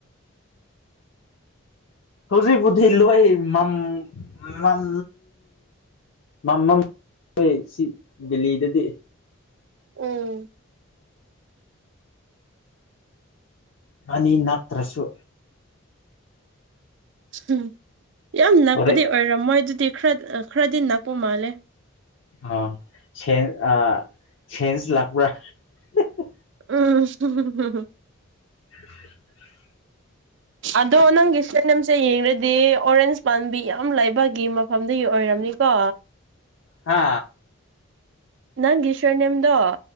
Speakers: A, on the left; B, on the right.
A: ꯍꯧꯖꯤꯛꯕꯨꯨꯗꯤ ꯂꯣꯏ ꯃꯝ ꯃꯝ ꯃꯝ ꯃꯝ <unintelligible> ꯁꯤ ꯕꯤꯂꯤꯗꯗꯤ
B: ꯎꯝ
A: ꯑꯅꯤ ꯅꯠꯇ꯭ꯔꯁꯨ
B: ꯎꯝ ꯌꯥꯝ ꯅꯛꯄꯗꯤ
A: ꯍꯣꯔꯦꯟ
B: ꯑꯣꯏꯔꯝꯃꯣꯏ ꯑꯗꯨꯗꯤ ꯈ꯭ꯔ ꯈ꯭ꯔꯗꯤ ꯅꯥꯛꯄ ꯃꯥꯜꯂꯦ
A: ꯑ ꯁꯦꯟ ꯑ ꯁꯦꯟꯁ ꯂꯥꯛꯄ꯭ꯔ ꯍꯍꯥ
B: ꯎꯝ ꯍꯍꯍ
A: <inaudible>
B: ꯑꯗꯣ ꯅꯪꯒꯤ ꯁꯅꯝꯁꯦ ꯌꯦꯡꯔꯗꯤ ꯑꯣꯔꯦꯟꯖ ꯄꯥꯟꯕꯤ ꯌꯥꯝ ꯑꯝ ꯂꯩꯕꯒꯤ ꯃꯐꯝꯗꯒꯤ ꯑꯣꯏꯔꯝꯅꯤꯀꯣ
A: ꯍꯥ
B: ꯅꯪꯒꯥ ꯁꯔ ꯅꯦꯝꯗꯣ